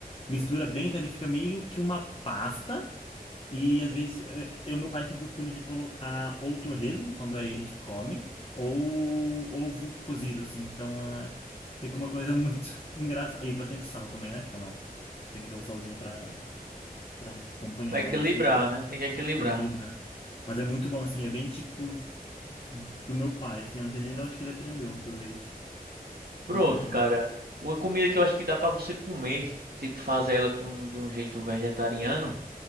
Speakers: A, on the left (about 40°); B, on the right (about 75°).
A: mistura bem, então ele fica meio que uma pasta. E às vezes eh, eu, meu pai tem o costume de colocar ou torresmo, quando é ele que come, ou ovo cozido, assim. Então ah, fica uma coisa muito <laughs> engraçada. E bastante sal também, né? Porque é uma, tem que ter o salzinho pra, pra acompanhar,
B: Vai equilibrar,
A: mas assim, um
B: né? Tem que equilibrar.
A: equilibrado. Mas é muito bom, assim, é bem tipo do meu pai, assim, eu não sei nem de onde que ele aprendeu a fazer isso.
B: Pronto,
A: Mas é.
B: cara. Uma comida que eu acho que dá pra você comer, tipo fazer ela com de um jeito vegetariano,